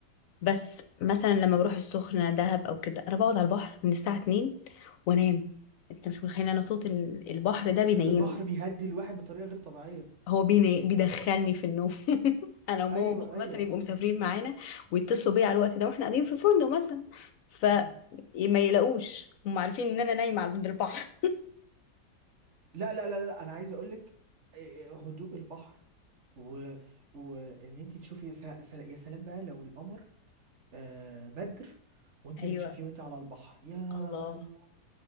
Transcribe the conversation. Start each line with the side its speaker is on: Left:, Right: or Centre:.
Left: بس مثلا لما بروح السخنة دهب أو كده أنا بقعد على البحر من الساعة 2 وأنام أنت مش متخيل أنا صوت ال- البحر ده بينيمني
Right: صوت البحر بيهدي الواحد بطريقة غير طبيعية
Left: هو بيني... بيدخلني في النوم <laughs> أنا وماما
Right: ايوه
Left: وبابا مثلا
Right: ايوه
Left: يبقوا مسافرين معانا ويتصلوا بيا على الوقت ده وإحنا قاعدين في فندق مثلا فما
Right: مم.
Left: يلاقوش هم عارفين إن أنا نايمة عند البحر
Right: لا لا لا لا انا عايز اقول لك هدوء البحر و... وان انت تشوفي يا س... يا سلام بقى لو القمر آه، بدر وانتي
Left: <laughs> أيوه
Right: بتشوفيه وانتي على البحر يا
Left: الله
Right: الله